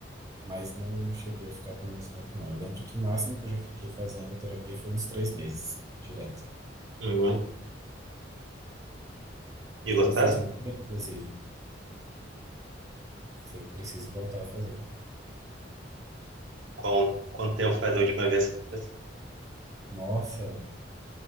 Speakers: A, on the right (about 20°); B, on the right (about 80°).
A: mas não cheguei a ficar por muito tempo, não. Eu lembro que o máximo que eu já fiquei fazendo terapia foi uns três meses, direto.
B: Uhum. E
A: E
B: gostaste?
A: me fez muito bem, inclusive. Sei que preciso voltar a fazer.
B: Qual, quanto tempo faz a última vez que tu fez?
A: Nossa,